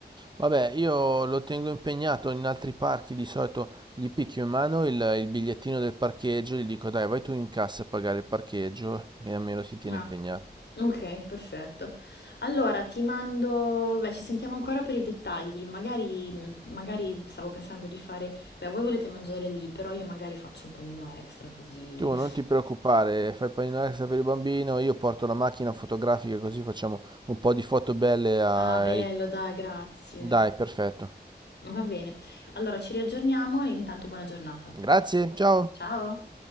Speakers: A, on the right; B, on the left.
A: Vabbè, io lo tengo impegnato in altri parchi, di solito gli picchio in mano il, il bigliettino del parcheggio, gli dico dai, vai tu in cassa a pagare il parcheggio e almeno
B: <laughs>
A: si tiene
B: No,
A: impegnato.
B: Okay, perfetto. Allora ti mando beh, ci sentiamo ancora per i dettagli. Magari mhmm, magari stavo pensando di fare beh, voi volete mangiare lì, però io magari faccio un panino extra così
A: Tu non
B: <laughs>
A: ti preoccupare, fai panino extra per il bambino, io porto la macchina fotografica così facciamo un po' di foto belle ai...
B: Ah, bello, dai, grazie.
A: Dai, perfetto.
B: Va bene. Allora ci riaggiorniamo e intanto buona giornata.
A: Grazie, ciao!
B: Ciao.